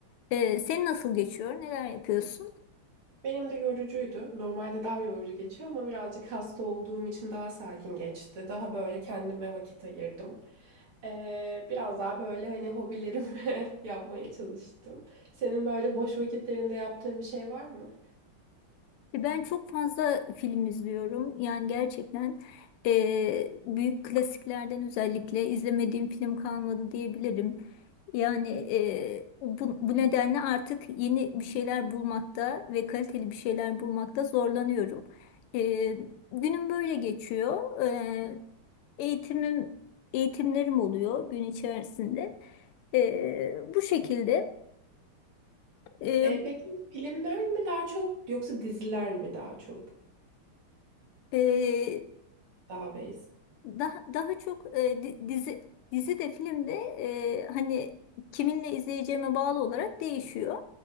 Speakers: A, on the left; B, on the right.
A: Ee, senin nasıl geçiyor, neler yapıyorsun?
B: Benim de yorucuydu. Normalde daha yorucu geçiyor ama birazcık hasta olduğum için daha sakin geçti. Daha böyle kendime vakit ayırdım. Ee, biraz daha böyle hani hobilerimi <laughs> yapmaya çalıştım. Senin böyle boş vakitlerinde yaptığın bir şey var mı?
A: E, Ben çok fazla film izliyorum. Yani gerçekten e, büyük klasiklerden özellikle izlemediğim film kalmadı diyebilirim. Yani e, bu, bu nedenle artık yeni bir şeyler bulmakta ve kaliteli bir şeyler bulmakta zorlanıyorum. E, günüm böyle geçiyor. E, eğitimim eğitimlerim oluyor gün içerisinde. E, bu şekilde e,
B: Ee, peki filmler mi daha çok yoksa diziler mi daha çok?
A: e,
B: Daha base.
A: daha daha çok e, di- dizi dizi de film de e, hani kiminle izleyeceğime bağlı olarak değişiyor.